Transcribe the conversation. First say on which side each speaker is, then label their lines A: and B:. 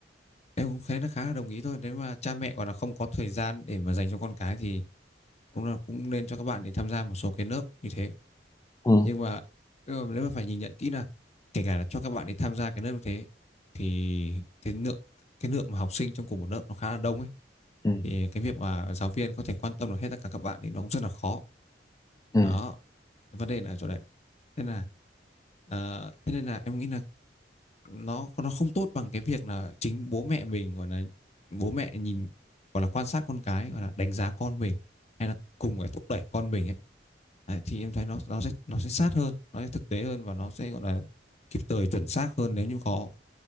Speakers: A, on the left; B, on the left.
A: em cũng thấy nó khá là đồng ý thôi. Nếu mà cha mẹ còn là không có thời gian để mà dành cho con cái thì cũng là cũng nên cho các bạn để tham gia một số cái lớp như thế.
B: ừ
A: nhưng mà nhưng mà nếu mà phải nhìn nhận kỹ là kể cả là cho các bạn đi tham gia cái lớp như thế thì cái lượng cái lượng mà học sinh trong cùng một lớp nó khá là đông ấy
B: ừ
A: thì cái việc mà giáo viên có thể quan tâm được hết tất cả các bạn thì nó cũng rất là khó
B: ừ ừ
A: đó vấn đề là ở chỗ đấy nên là ờ, thế nên là em nghĩ là nó nó không tốt bằng cái việc là chính bố mẹ mình gọi là bố mẹ nhìn gọi là quan sát con cái gọi là đánh giá con mình hay là cùng phải thúc đẩy con mình ấy Đấy, thì em thấy nó nó sẽ nó sẽ sát hơn nó sẽ thực tế hơn và nó sẽ gọi là kịp thời chuẩn xác hơn nếu như có